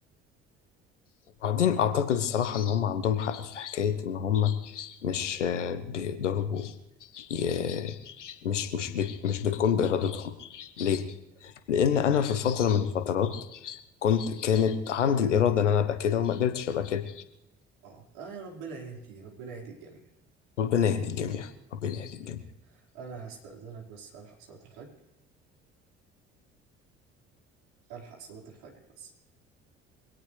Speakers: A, on the left; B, on the right.
A: وبعدين أعتقد الصراحة إن هم عندهم حق في حكاية إن هم مش آه، بيقدروا ي- مش مش بت مش بتكون بإرادتهم ليه؟ لأن أنا في فترة من الفترات كنت كانت عندي الإرادة إن أنا أبقى كده وما قدرتش أبقى كده
B: اه آه يا ربنا يهدي ربنا يهدي الجميع
A: ربنا يهدي الجميع
B: ربنا
A: ربنا
B: يهديك
A: يهدي الجميع
B: جميعا انا هستأذنك بس الحق صلاة الفجر الحق صلاة الفجر بس